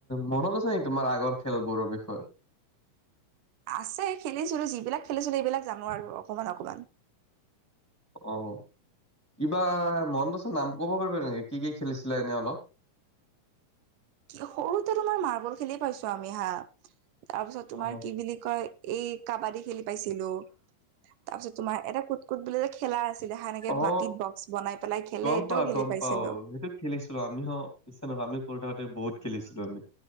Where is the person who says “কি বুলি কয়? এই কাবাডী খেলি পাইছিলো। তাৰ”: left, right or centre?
Right